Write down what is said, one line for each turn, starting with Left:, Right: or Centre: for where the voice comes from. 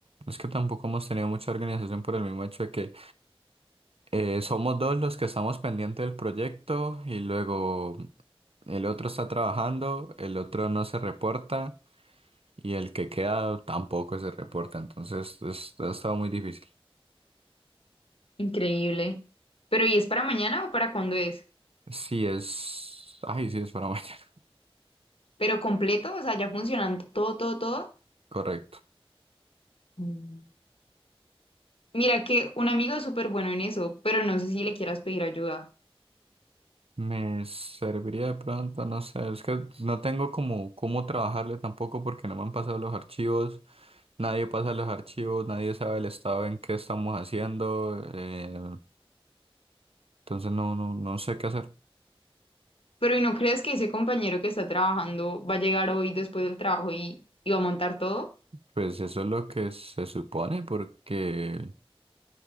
Right: es que tampoco hemos tenido mucha organización por el mismo hecho de que eh, somos dos los que estamos pendientes del proyecto y luego el otro está trabajando, el otro no se reporta. Y el que queda tampoco se reporta, entonces es- ha estado muy difícil.
Left: Increíble. Pero, ¿y es para mañana o para cuándo es?
Right: Sí es... Ay, sí es para <laughs> mañana,
Left: ¿Pero completo? O sea, ya funcionando todo, todo, todo.
Right: correcto.
Left: Mm. Mira que un amigo es súper bueno en eso, pero no sé si le quieras pedir ayuda.
Right: Me serviría de pronto, no sé, es que no tengo como cómo trabajarle tampoco porque no me han pasado los archivos, nadie pasa los archivos, nadie sabe el estado en que estamos haciendo, eh, entonces no, no, no sé qué hacer.
Left: Pero ¿y no crees que ese compañero que está trabajando va a llegar hoy después del trabajo y, y va a montar todo?
Right: Pues eso es lo que se supone porque